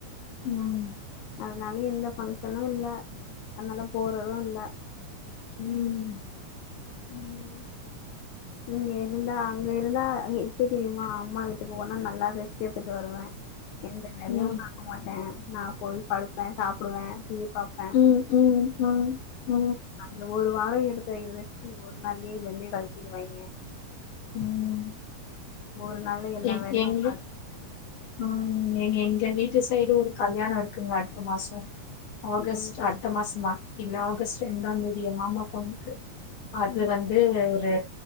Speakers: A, on the left; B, on the left.
A: ம்
B: அதனால எந்த பஃங்க்ஷனு இல்ல அதனால போறது இல்ல
A: ம்
B: ம் இங்க இருந்தா அங்க இருந்தா எப்ப தெரியுமா அம்மா வீட்டுக்கு போனா நல்லா ரெஸ்ட்டெடுத்துட்டு வருவே எந்த வேலையு
A: ம்
B: பாக்க மாட்டே நா போய் படுப்பே சாப்பிடுவே டிவி பாப்
A: ம் ம் அ அ
B: அங்க ஒரு வாரோ எடுத்த ரெஸ்ட் ஒரு நாள்லயே பெண்டே கழட்டிவாயிங்க
A: ம்
B: ஒரு நாள்ல எல்லா
A: எ
B: வேலையு
A: எங்க
B: பாத்
A: ம் எ எங்க வீட்டு சைடு ஒரு கல்யாணோ இருக்குங்க அடுத்த மாசோ ஆகஸ்ட்
B: ம்
A: அடுத்த மாசந்தா இல்ல ஆகஸ்ட் ரெண்டாந் தேதி எ மாமா பொண்ணுக்கு அது
B: ம்
A: வந்து ஒரு